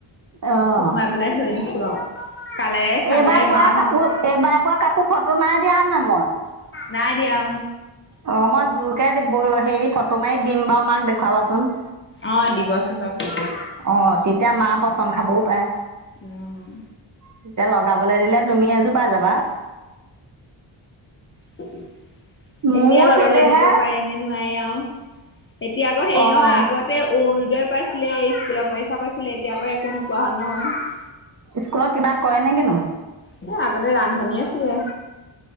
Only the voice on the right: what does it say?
অ'।
এইবাৰ বোৱা
কাপোৰ, এইবাৰ বোৱা কাপোৰ ফটো নাই দিয়া, সেন নে মই
অ মই জোৰকে হেৰি ফটো মাৰি দিম বাৰু মাক দেখুৱাবাচোন
অ' তেতিয়া মা পচন্দ খাবও পাৰে
তেতিয়া লগাবলৈ দিলে তুমি এযোৰ পাই যাবা
মোৰ
সেইদেহে
অ'
স্কুলত কিবা কৰে নো কিনো